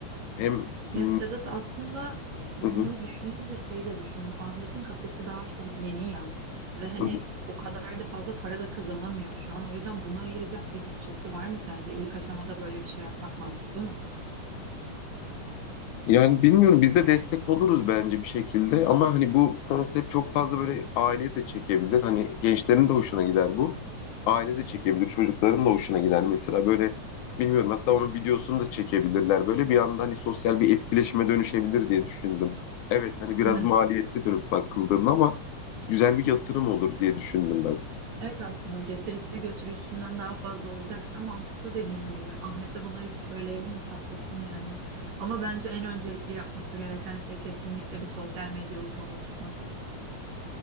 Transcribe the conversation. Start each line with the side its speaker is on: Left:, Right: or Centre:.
Left: Hem
Right: Ya
Left: Hı
Right: Sedat aslında bunu
Left: hı.
Right: düşününce şey de düşündüm. Ahmet'in kafesi daha çok yeni ya ve hani
Left: hı.
Right: o kadar da fazla para da kazanamıyor şu an. O yüzden buna ayıracak bir bütçesi var mı sence? İlk aşamada böyle bir şey yapmak mantıklı mı?
Left: Yani bilmiyorum biz de destek oluruz bence bir şekilde ama hani bu konsept çok fazla böyle aileye de çekebilir. Hani gençlerin de hoşuna gider bu. Aile de çekebilir, çocukların da hoşuna gider. Mesela böyle bilmiyorum hatta onun videosunu da çekebilirler. Böyle bir anda hani sosyal bir etkileşime dönüşebilir diye düşündüm. Evet hani biraz
Right: Hmm.
Left: maliyetli dönüp bakıldığında ama güzel bir yatırım olur diye düşündüm ben.
Right: Evet aslında getirisi götürüsünden daha fazla olacaksa mantıklı dediğin gibi. Ahmet'e bunları bir söyleyelim hesaplasın yani. Ama bence en öncelikli yapması gereken şey kesinlikle bir sosyal medya uzmanı tutmak.